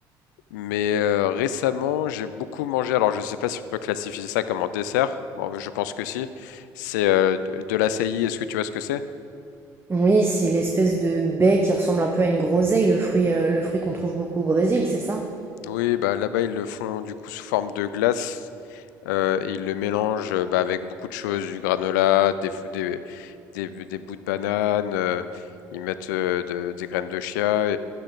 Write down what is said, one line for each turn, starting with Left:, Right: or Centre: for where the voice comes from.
Left: Mais euh, récemment, j'ai beaucoup mangé. Alors, je ne sais pas si on peut classifier ça comme un dessert. Bon, bah, je pense que si. C'est euh, de de l'açaï. Est-ce que tu vois ce que c'est?
Right: Oui, c'est l'espèce de baie qui ressemble un peu à une groseille, le fruit, euh, le fruit qu'on trouve beaucoup au Brésil, c'est ça?
Left: Oui, bah là-bas ils le font du coup sous forme de glace euh, et ils le mélangent euh, bah, avec beaucoup de choses, du granola, des, f- des, des, des bouts de banane, euh, ils mettent euh, de- des graines de chia